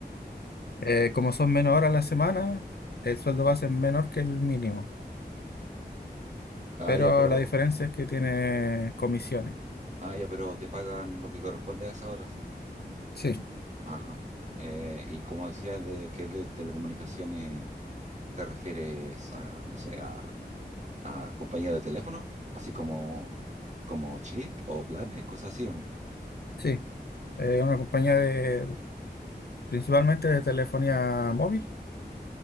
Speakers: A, on the left; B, on the right.
A: Eh, como son menos horas a la semana, el sueldo base es menor que el mínimo,
B: Ah,
A: pero
B: ya, pero,
A: la diferencia es que tiene comisiones.
B: ah, ya, pero te pagan lo que corresponde a esa hora, sí.
A: Sí,
B: Ajá. Eh, y como decías de que de telecomunicaciones, ¿te refieres a, no sé, a a compañía de teléfono, así como, como chip o planes, cosas así, ¿o no?
A: sí, es una compañía de principalmente de telefonía móvil,